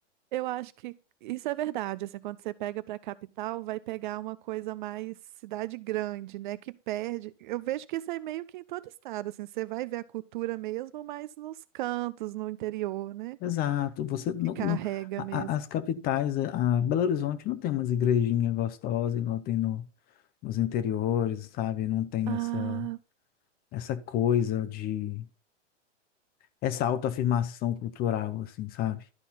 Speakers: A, on the right (about 45°); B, on the left (about 25°).
A: Eu acho que isso é verdade. Assim, quando você pega para a capital, vai pegar uma coisa mais cidade grande, né? Que perde. Eu vejo que isso é meio que em todo estado. Assim, você vai ver a cultura mesmo, mas nos cantos, no interior, né?
B: Exato. Você no,
A: Que carrega
B: no- a-
A: mesmo.
B: a- as capitais, a a Belo Horizonte não tem umas igrejinhas gostosas igual tem no, nos interiores, sabe? Não tem
A: Ah,
B: essa essa coisa de essa autoafirmação cultural assim, sabe?